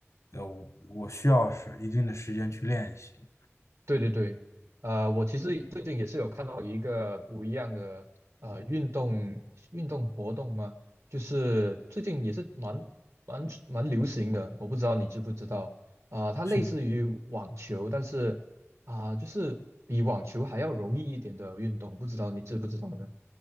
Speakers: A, on the left (about 75°); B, on the right (about 75°).
A: 呃我我需要是一定的时间去练习。
B: 对对对，呃，我其实最近也是有看到一个不一样的呃运动运动活动嘛，就是最近也是蛮蛮蛮流行的，我不知道你知不知道啊、它类似于网球，
A: 是
B: 但是啊、就是比网球还要容易一点的运动，不知道你知不知道呢？